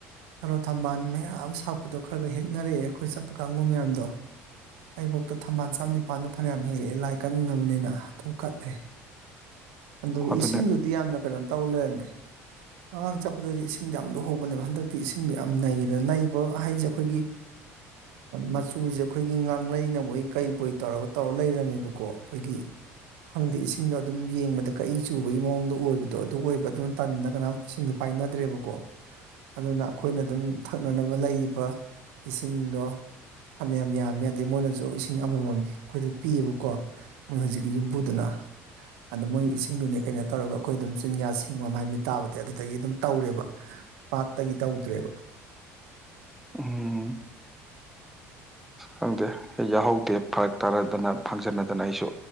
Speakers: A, on the right; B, in the centre.
A: ꯊꯔꯣ ꯊꯝꯕꯥꯜ ꯃꯌꯥꯝ ꯁꯥꯠꯄꯗꯣ ꯈꯔꯒ ꯍꯦꯛꯅꯔꯛꯑꯦ ꯑꯩꯈꯣꯏ ꯆꯠꯄ ꯀꯥꯡꯒꯕꯨ ꯃꯌꯥꯝꯗꯣ ꯑꯩꯕꯣꯛꯇ ꯊꯝꯕꯥꯜ ꯆꯥꯝ ꯅꯤꯄꯜꯗ ꯐꯅꯌꯥꯝ ꯍꯦꯜꯂꯛꯑꯦ ꯂꯥꯏ ꯀꯛꯅꯅꯕꯅꯤꯅ ꯑꯗꯨꯝ ꯀꯠꯂꯦ ꯑꯗꯨꯒ
B: ꯑꯗꯨꯅ
A: ꯏꯁꯤꯡꯗꯨꯗꯤ ꯌꯥꯝꯅ ꯀꯩꯅꯣ ꯇꯧ ꯂꯩꯔꯝꯃꯦ ꯃꯃꯥꯡ ꯆꯠꯄꯗꯗꯤ ꯏꯁꯤꯡꯗꯣ ꯌꯥꯝ ꯂꯨꯍꯧꯕꯅꯦꯕ ꯍꯟꯗꯛꯇꯤ ꯏꯁꯤꯡꯗꯣ ꯌꯥꯝ ꯅꯩꯗꯅ ꯅꯩꯕ ꯍꯥꯏꯁꯦ ꯑꯩꯈꯣꯏꯒꯤ ꯃꯆꯨꯁꯦ ꯑꯩꯈꯣꯏꯒꯤ ꯉꯥꯡꯂꯩꯅꯕꯣꯏ ꯀꯩꯕꯣꯏ ꯇꯧꯔꯒ ꯇꯧꯔ ꯂꯩꯔꯝꯃꯦꯕꯀꯣ ꯑꯩꯈꯣꯏꯒꯤ ꯈꯪꯗꯦ ꯏꯁꯤꯡꯗꯣ ꯑꯗꯨꯝ ꯌꯦꯡꯕꯗ ꯑꯗ ꯀꯛꯏ ꯆꯨꯕꯒꯤ ꯃꯑꯣꯡꯗꯣ ꯑꯣꯏꯕꯗꯣ ꯑꯗꯨ ꯑꯣꯏꯕ ꯑꯗꯨꯝ ꯇꯟꯅ ꯀꯅꯥꯝ ꯏꯁꯤꯡꯗꯣ ꯄꯥꯏꯅꯗ꯭ꯔꯦꯕꯀꯣ ꯑꯗꯨꯅ ꯑꯩꯈꯣꯏꯅ ꯑꯗꯨꯝ ꯊꯛꯅꯅꯕ ꯂꯩꯔꯤꯕ ꯏꯁꯤꯡꯗꯣ ꯐꯥꯅꯥ ꯌꯥꯝ ꯌꯥꯝꯃꯤ ꯑꯗꯩ ꯃꯣꯏꯅꯁꯨ ꯏꯁꯤꯡ ꯑꯃꯃꯝ ꯑꯩꯈꯣꯏꯗ ꯄꯤꯌꯦꯕꯀꯣ ꯃꯣꯏ ꯍꯧꯖꯤꯛꯀꯤ ꯌꯨꯝꯕꯨꯗꯨꯅ ꯑꯗꯥ ꯃꯣꯏ ꯏ ꯁꯤꯡꯗꯨꯅꯦ ꯀꯩꯅꯣ ꯇꯧꯔꯒ ꯑꯩꯈꯣꯏ ꯑꯗꯨꯝ ꯆꯤꯟꯌꯥ ꯁꯦꯡꯕ ꯃꯥꯏꯃꯤꯠ ꯇꯥꯕꯗꯤ ꯑꯗꯨꯗꯒꯤ ꯑꯗꯨꯝ ꯇꯧꯔꯦꯕ ꯄꯥꯠꯇꯒꯤ ꯇꯧꯗ꯭ꯔꯦꯕ
B: ꯎꯝ ꯈꯪꯗꯦ ꯑꯩ ꯌꯥꯎꯍꯧꯗꯦ ꯐꯔꯛ ꯇꯥꯅꯗꯅ ꯐꯪꯖꯟꯅꯗꯅ ꯑꯩꯁꯨ